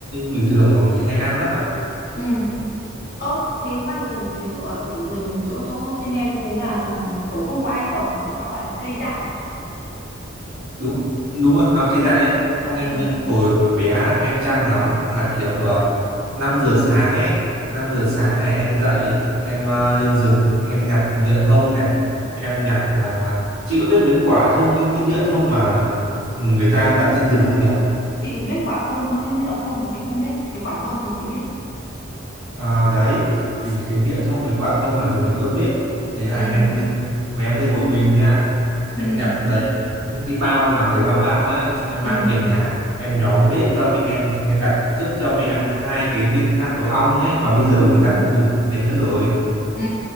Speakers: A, on the right (about 85°); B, on the left (about 50°).
A: bình thường mà mình hay ăn lắm
B: ừ ơ thế khoai rừng ví dụ ở rừng chỗ chỗ trên em thế là kiểu không có ai trồng mà nó là gọi là cây dại à
A: đúng đúng rồi nó cây dại ấy xong em
B: ừ
A: nhớ hồi hồi bé á, em chăm lắm là kiểu uh, 5 giờ sáng ấy 5 giờ sáng này em dậy em ờ, lên rừng em nhặt nhựa thông này em nhặt là chị có biết mấy cái quả thông ấy, cái nhựa thông mà người ta đặt trên rừng không nhỉ
B: chị biết quả thông thôi chứ nhựa thông thì chị không biết cái quả thông thì chị biết
A: à, đấy thì cái nhựa thông với quả thông là dùng để đốt bếp thế là
B: ừ
A: em lên mà em lên một mình nha em
B: ừ
A: nhặt đấy những cái bao mà đầy bao gạo ấy xong em
B: ừ
A: mang về nhà em nhóm bếp cho mẹ em xong em đặt trước cho mẹ em hai cái viên than tổ ong ấy mà bây giờ người
B: ừ
A: ta không dùng than đấy nữa rồi
B: ừ.